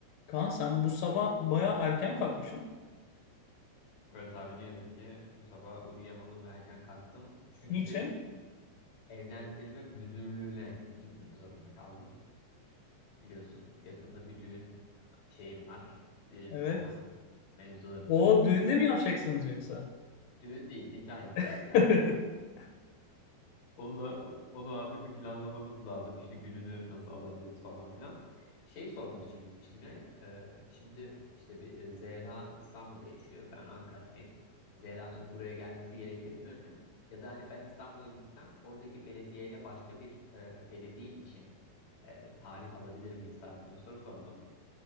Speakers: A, on the left; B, on the left.
A: Kaan sen bu sabah baya erken kalkmışsın.
B: Evet abi ne yazık ki bu sabah uyuyamadım ve erken kalktım. Çünkü
A: Niçin?
B: evlendirme müdürlüğüne gitmek zorunda kaldım. Biliyorsun yakında bir düğün şeyim var. Düğün
A: Evet.
B: kına mevzuları
A: O
B: söz konusu.
A: düğünde mi yapacaksınız yoksa?
B: Düğün değil nikah yapacağız
A: <laughs>
B: da Onunla, onu abi bir planlamamız lazım. İşte gününü nasıl alabiliriz falan filan. Şey sormak için gitmiştim ya. e, şimdi işte bir e, Zehra İstanbul'da yaşıyor. Ben Ankara'dayım. Zehra'nın hani buraya gelmesi gerekir mi? Ya da hani ben İstanbul'a gitsem oradaki belediyeyle başka bir e, belediye için e, tarih alabilir miyiz tarzında bir soru sordum.